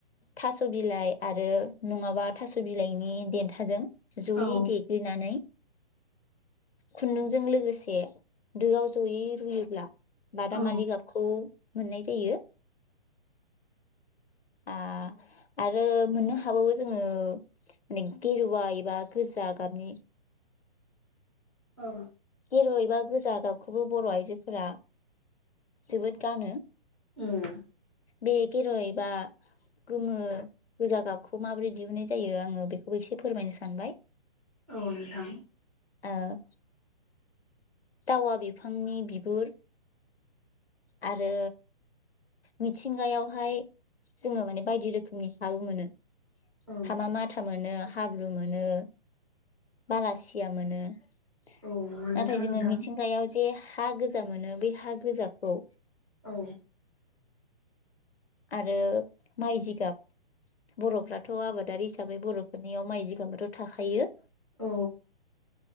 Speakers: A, on the left; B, in the centre.
A: थास बिलाइ आरो नङाबा थास बिलाइनि देन थाजों जयै
B: औ
A: देग्लिनानै खुन्दुंजों लोगोसे दोआव जयै रुयोब्ला बादामालि
B: औ
A: गाबखौ मोननाय जायो आ आरो मोननो हाबावो जोङो में गेरुवा एबा गोजा गाबनि
B: औ
A: गेरुवा एबा गोजा गाबखौबो बर' आइजोफोरा जोबोद गानो
B: उम।
A: बे गेरुवा एबा गोमो गोजा गाबखौ माबोरै दिहुननाय जायो आङो बेखौबो एसे फोरमायनो सानबाय
B: औ नोंथां
A: औ टावा बिफांनि बिगुर आरो मिथिंगायावहाय जोङो माने बायदि रोखोमनि हाबो मोनो।
B: औ
A: हामा माथा मोनो हाब्रु मोनो बालासिया मोनो। नाथाय
B: औ मोनोथ'
A: जोङो
B: नोंथां
A: मिथिंगायाव जे हा गोजा मोनो बे हा गोजाखौ
B: औ।
A: आरो माइ जिगाब बरफ्राथ' आबादारि हिसाबै बर'फोरनियाव माइ जिगाबाथ थाखायो
B: औ।